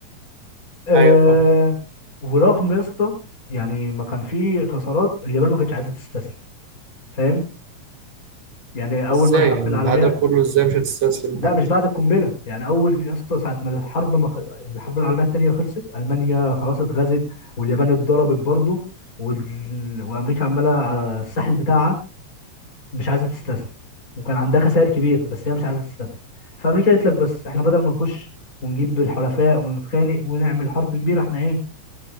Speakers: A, on the left (about 30°); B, on the right (about 65°).
A: آه
B: ايوه فاهم
A: ورغم يا اسطى يعني ما كان في خسارات اليابان ما كانتش عايزه تستسلم فاهم يعني اول
B: ازاي
A: ما الحرب
B: يعني
A: العالميه
B: بعد ده كله ازاي مش هتستسلم
A: لا
B: حتى
A: مش بعد القنبله يعني اول يا اسطى ساعه ما الحرب ما خ... الحرب العالميه الثانيه خلصت المانيا خلاص اتغزت واليابان اتضربت برضه وال... وامريكا عماله على الساحل بتاعها مش عايزه تستسلم وكان عندها خسائر كبيره بس هي مش عايزه تستسلم فامريكا قالت لك بس احنا بدل ما نخش ونجيب الحلفاء ونتخانق ونعمل حرب كبيره احنا ايه